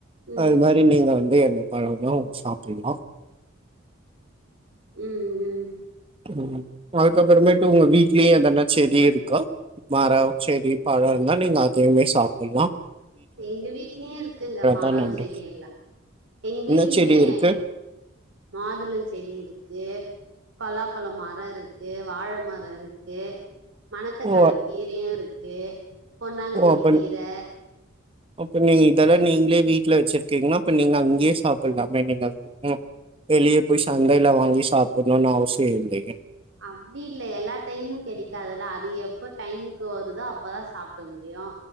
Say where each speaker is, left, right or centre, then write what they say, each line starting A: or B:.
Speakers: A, on the right; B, on the right.
A: ம்
B: அது மாறி நீங்க வந் <unintelligible> சாப்பிடலாம்
A: உம் உம்
B: உம் அதுக்கப்புறமேட்டு உங்க வீட்லயும் எதெனா செடி இருக்கா மரம் செடி பழம் இருந்தா நீங்க அதையுமே சாப்பிடலாம்
A: எங்க வீட்லயே இருக்குங்க மறம்
B: தா நல்லது
A: செடி எல்லாம் எங்க
B: என்ன
A: வீட்லயுமே
B: செடி இருக்கு
A: மாதுளம் செடி இருக்கு பலா பல மரம் இருக்கு வாழை மரம் இருக்கு மனத்தக்காளி
B: ஓ
A: கீரையும் இருக் <unintelligible> பொன்னாங்கன்னி
B: ஓ அப்ப
A: கீரை
B: அப்ப நீங்க இதெல்லாம் நீங்களே வீட்டுல வச்சிருக்கீங்கன்னா அப்ப நீங்க அங்கயே சாப்பிடலாமே நீங்க வெளிய போய் சந்தைல வாங் போய் சாப்புடுனும் அவசியில்லயே
A: அப்படி இல்லை எல்லா டைமும் கிடைக்காதுல்ல அது எப்ப டைமுக்கு வருதோ அப்பதான் சாப்பிட முடியும்